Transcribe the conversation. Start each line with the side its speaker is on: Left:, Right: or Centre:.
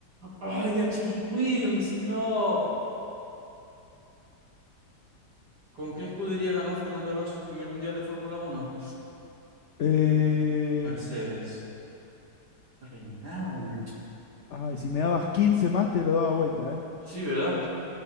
Right: ¡Ay, H. G. Wills! ¡No! ¿Con qué escudería ganó Fernando Alonso su primer mundial de Fórmula Uno?
Left: Eh,
Right: Mercedes. Renault.
Left: Ay, si me dabas 15 más, te lo daba vuelta, ¿eh?
Right: Sí, ¿verdad?